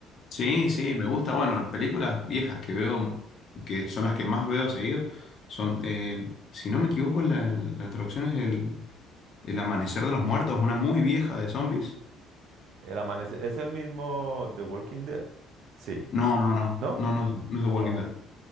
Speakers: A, on the left; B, on the right.
A: Sí,
B: Ok.
A: sí, me gusta. Bueno, películas viejas que veo, que son las que más veo seguido, son, eh, si no me equivoco, la, la traducción es el, El Amanecer de los Muertos, una muy vieja de zombies.
B: El amanecer es el mismo The Walking Dead. Sí,
A: No, no, no,
B: ¿no?
A: no, no, no es The Walking
B: Oh,
A: Dead.